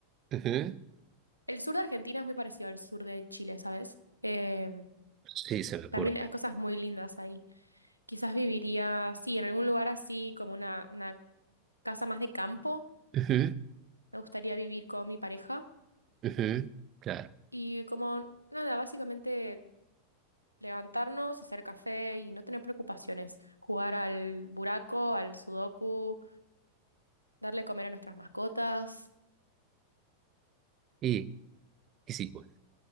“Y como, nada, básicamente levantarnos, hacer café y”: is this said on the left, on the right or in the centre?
Left